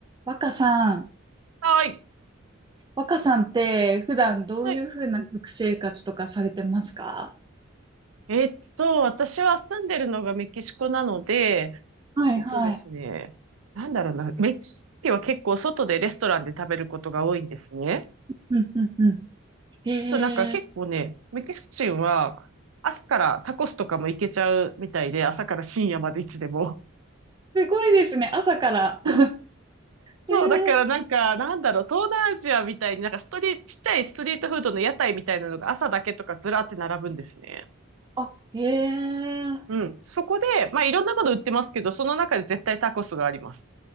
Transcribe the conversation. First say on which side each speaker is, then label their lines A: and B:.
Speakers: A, on the right (about 20°); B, on the right (about 80°).
A: 若さん、
B: はい。
A: 若さんって普段どういうふうな食生活とかされてますか
B: はい。えっと、私は住んでるのがメキシコなので、
A: はいはい。
B: えっとですね、なんだろうな、メキシコ人は結構外でレストランで食べることが多いんですね。
A: うんうんうん。えー、
B: となんか結構ね、メキシコ人は朝からタコスとかも行けちゃうみたいで、朝から深夜までいつでも。
A: すごいですね、朝から。
B: <laughs>
A: <laughs> えー、
B: そう、だからなんか、なんだろう、東南アジアみたいになんかストリート、ちっちゃいストリートフードの屋台みたいなのが朝だけとかずらって並ぶんですね。
A: あ、えー、
B: うん。そこで、まあ、いろんなもの売ってますけど、その中で絶対タコスがあります。